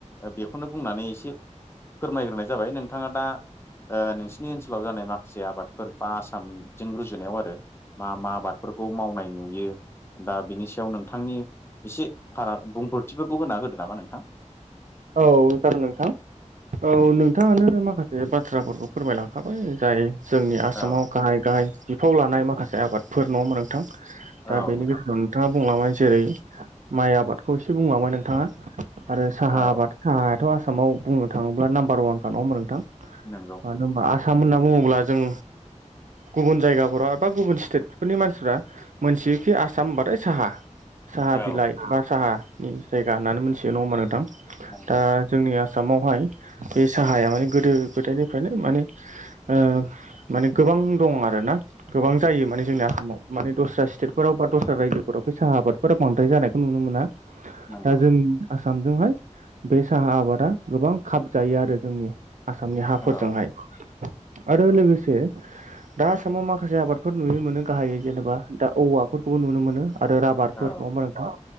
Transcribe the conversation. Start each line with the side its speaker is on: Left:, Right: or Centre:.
Left: बेखौनो बुंनानै एसे फोरमायग्रोनाय जाबाय नोंथाङा दा नोंसिनि ओनसोलाव जानाय माखा माखासे आबादफोर बा आसामजों रुजुनायाव आरो मा मा आबादफोरखौ मावनाय नुयो। दा बेनि सायाव नोंथांनि एसे फाराग बुंफोरथिफोरखौ होना होदो नामा नोंथां।
Right: औ जागोन नोंथां औ नोंथाङानो माखासे बे बाथ्राफोरखौ फोरमायलांखाबाय जाय जोंनि आसामाव
Left: औ
Right: गाहाय गाहाय बिफाव लानाय माखासे आबादफोर नङा नोंथां दा
Left: औ
Right: बेनि
Left: नोंथां
Right: गेजेराव नोंथाङा बुंलबाय जेरै माइ आबादखौ एसे बुंलाबाय नोंथाङा आरो साहा
Left: औ
Right: साहायाथ' आसामाव बुंनो थाङोब्ला नाम्बार वानखा नङा होमब्ला नोंथां।
Left: नंगौ
Right: मानो होनबा आसाम होनना बुङोब्ला जों गुबुन जायगाफोराव बबा गुबुन स्टेटफोरनि मानसिफ्रा मोनथियोखि आसाम होनबाथाय साहा। साहा
Left: औ
Right: बिलाइ बा साहानि जायगा होननानै मोनथियो नङा होमबा नोंथां
Left: नंगौ
Right: ओ
Left: नोंथां
Right: जोंनि आसामावहाय बे साहाया माने गोदो गोदायनिफ्रायनो माने ओ माने गोबां दं आरोना गोबां जायो माने जोंनि हाव। माने दस्रा स्टेटफोराव बा दस्रा रायजोफोराव फाय साहा आबादफोरा बांद्राय जानायखौ नुनो मोना।
Left: नंगौ
Right: दा जों आसामजोंहाय बे साहा आबादा गोबां खाब जायो आरो जोंनि आसामनि हाफोरजोंहाय
Left: औ
Right: आरो
Left: नंगौ
Right: लोगोसे दा आसामाव माखासे आबादफोर नुनो मोनो गाहायै जेनेबा दा औवाफोरखौबो नुनो मोनो आरो रबारफोर
Left: औ
Right: नङा होमबा नोंथां